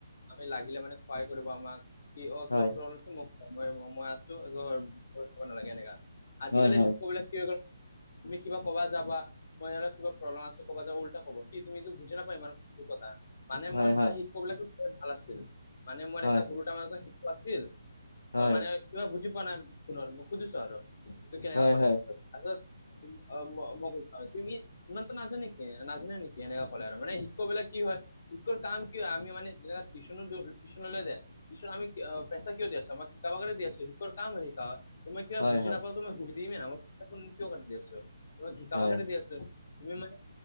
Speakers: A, on the left; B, on the left.
A: আমি লাগিলে মানে কহায় কৰিব আমাক কি অ', কিবা
B: হয়
A: প্ৰব্লেম মোক ই মই আছো একো পয় খাব নালাগে এনেকা আজিকালিৰ
B: হয় হয়
A: শিক্ষক বিলাক কি হয় তুমি কিবা যাবা ক'বা মই আৰ কিবা <unintelligible> আছোঁ যাব উল্টা ক'ব কি তুমি বুজি নাপায় ইমান <unintelligible> মানে
B: হয়
A: মই তেতিয়া শিক্ষকবিলাকো ভাল আছিল মানে মই
B: হয়
A: এটা সৰু তাৰাৰ শিশু আছিল
B: হয়
A: মই মানে কিবা বুজি পোৱা নাই শুনৰ মোক সুধিছো আৰু। ত কেনেকুৱা
B: হয়
A: কৰে
B: হয় হয়
A: তাছত অ', মগ খা তুমি ইমানতো নাজান নেকি নাজানে নেকি এনেকা ক'লে আৰু মানে ক'বলে কি হয় ইটোৰ কাম কি হয় আমি মানেত পিছনো পিছনো নে দে পিছত আমি পেচা কিয় আছে আমাক শিকাব কাগে দি আছে, সিহঁতৰ কাম হয় শিকা। তোমি কিবা
B: হয়
A: বুজি
B: হয় হয়
A: নাপাও তোমাক শুধিমে ন <unintelligible> কাটি দি আছোঁ তোমাক শিকাব
B: হয়
A: কানে দি আছে। তুমি মানে